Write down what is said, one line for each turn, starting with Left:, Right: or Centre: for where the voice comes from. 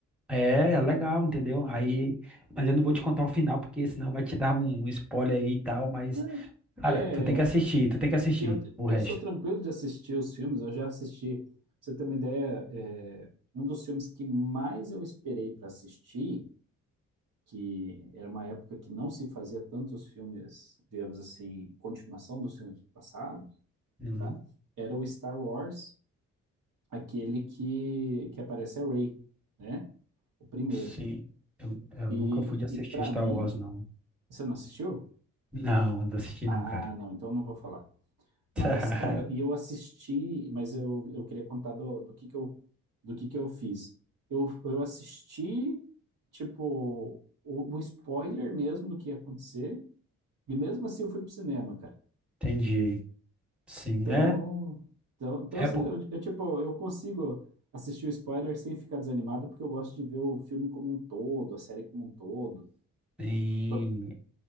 Centre: é, é legal, entendeu? Aí, mas eu não vou te contar o final, porque senão vai te dar um, um spoiler aí e tal, mas,
Right: Né?
Centre: cara,
Right: É,
Centre: tu tem que assistir, tu tem que assistir
Right: Eu,
Centre: o resto.
Right: eu sou tranquilo de assistir os filmes, eu já assisti, pra você ter uma ideia, é, um dos filmes que mais eu esperei para assistir, que era uma época que não se fazia tantos filmes, digamos assim, continuação dos filmes passados,
Centre: Uhum.
Right: tá? Era o Star Wars, aquele que, que aparece a Rey, né? O primeiro.
Centre: Sim, eu, eu
Right: E,
Centre: nunca fui de assistir
Right: e para
Centre: Star
Right: mim,
Centre: Wars, não.
Right: você não assistiu?
Centre: Não, não assisti
Right: Ah,
Centre: não, cara.
Right: não, então eu não vou falar. Mas,
Centre: <laughs>
Right: cara, e eu assisti, mas eu, eu queria contar do, do que que eu, do que que eu fiz. Eu, eu assisti, tipo, o, o spoiler mesmo do que ia acontecer, e mesmo assim eu fui pro cinema, cara.
Centre: Entendi. Sim,
Right: Então,
Centre: é,
Right: então, então
Centre: é
Right: assim,
Centre: por,
Right: eu, eu, tipo, eu consigo assistir o spoiler sem ficar desanimado, porque eu gosto de ver o filme como um todo, a série como um todo.
Centre: sim,
Right: P-